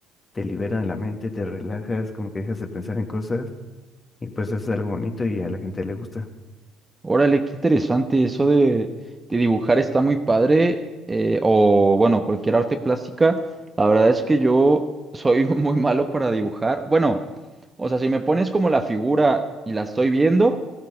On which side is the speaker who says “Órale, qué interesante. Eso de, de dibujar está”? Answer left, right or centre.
Right